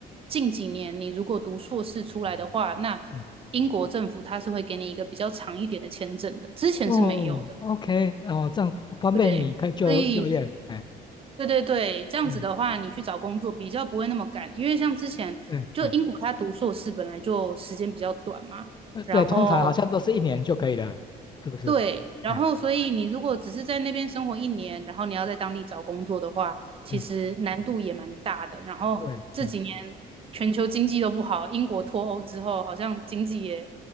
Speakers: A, on the right (about 35°); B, on the left (about 25°).
A: 近几年你如果读硕士出来的话，那英国政府它是会给你一个比较长一点的签证的，
B: 嗯，
A: 之前是没有的，
B: 哦，OK，哦，这样方便你可以就就业，
A: 对，所以。
B: 哎，
A: 对对对，这样子的话，
B: 嗯，
A: 你去找工作比较不会那么赶，因为像之前就英国他读硕士本来就时间比较短嘛，
B: 对，哎，呃对，
A: 然后
B: 通常好像都是一年就可以了，是不是？
A: 对，然后所以你如果只是在那边生活一年，
B: 哎，
A: 然后你要在当地找工作的话，其实难度也蛮大的。
B: 嗯，
A: 然后这几年全球经济都不好，
B: 对，嗯，
A: 英国脱欧之后好像经济也